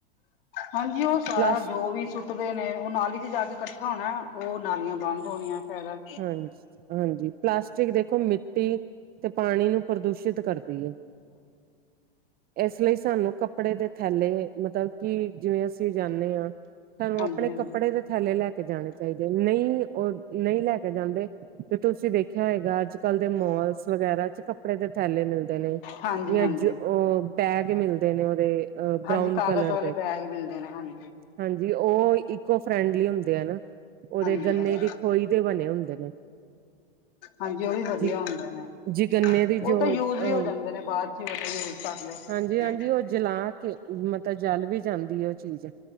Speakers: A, on the left; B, on the right.
A: ਹਾਂਜੀ, ਔ ਸਾਰਾ
B: ਪਲਸ
A: ਜੋ ਵੀ ਸੁੱ ਸੁੱਟਦੇ ਨੇ ਓਹ ਨਾਲੀ ਚ ਜਾ ਕੇ ਕੱਠਾ ਹੋਣੈ, ਓਹ ਨਾਲੀਆਂ ਬੰਦ ਹੋਣੀਆ ਫੇਰ।
B: ਹਾਂਜੀ ਹਾਂਜੀ, ਪਲਾਸਟਿਕ ਦੇਖੋ ਮਿੱਟੀ ਤੇ ਪਾਣੀ ਨੂੰ ਪ੍ਰਦੂਸ਼ਿਤ ਕਰ ਦੀ ਏ, ਏਸ ਲਈ ਸਾਨੂੰ ਕੱਪੜੇ ਦੇ ਥੈਲੇ ਮਤਲਬ ਕਿ ਜਿਵੇਂ ਅਸੀਂ ਜਾਂਨੇ ਆਂ ਸਾਨੂੰ
A: ਹਾਂਜੀ
B: ਆਪਣੇ
A: ਹਾਂਜੀ
B: ਕੱਪੜੇ ਦੇ ਥੈਲੇ ਲੈ ਕੇ ਜਾਣੇ ਚਾਹੀਦੇ ਨਹੀਂ ਉਹ ਨਹੀਂ ਲੈ ਕੇ ਜਾਂਦੇ। ਤੇ ਤੁਸੀਂ ਦੇਖਿਆ ਹੋਏਗਾ ਅੱਜ ਕੱਲ ਦੇ ਮੋਲਸ ਵਗੈਰਾ ਚ ਕੱਪੜੇ ਦੇ ਥੈਲੇ ਮਿਲਦੇ ਨੇ।
A: ਹਾਂਜੀ
B: ਜਾਂ
A: ਹਾਂਜੀ
B: ਜੋ ਉਹ ਬੈਗ ਮਿਲਦੇ ਨੇ ਉਹਦੇ ਬਰਾਾਊਨ
A: ਹਾਂਜੀ ਕਾਗਜ਼
B: ਕਲਰ
A: ਵਾਲੇ
B: ਦੇ।
A: ਬੈਗ ਮਿਲਦੇ ਨੇ ਹਾਂਜੀ
B: ਹਾਂਜੀ ਉਹ ਇਕੋ ਫਰੈਂਡਲੀ ਹੁੰਦੇ ਐ ਨਾ, ਉਹਦੇ
A: ਹਾਂਜੀ
B: ਗੰਨੇ
A: ਹਾਂਜੀ
B: ਦੀ ਖੋਈ ਤੇ ਬਣੇ। ਦੇ ਹੁੰਦੇ ਨੇ।
A: ਹਾਂਜੀ ਉਹ ਵੀ ਵਧੀਆ
B: ਜ
A: ਹੁੰਦੇ ਨੇ।
B: ਜੀ ਗੰਨੇ ਦੀ
A: ਉਹ
B: ਜੋ
A: ਤੇ ਯੂਜ
B: ਅਹ
A: ਵੀ ਹੋ ਜਾਂਦੇ ਨੇ ਬਾਅਦ ਚ ਹੀ ਉਹਨੂੰ ਯੂਜ ਕਰ ਲਿਆ।
B: ਹਾਂਜੀ-ਹਾਂਜੀ ਉਹ ਜਲਾ ਕੇ ਮਤਲਬ ਜਲ ਵੀ ਜਾਂਦੀ ਹੈ ਉਹ ਚੀਜ਼।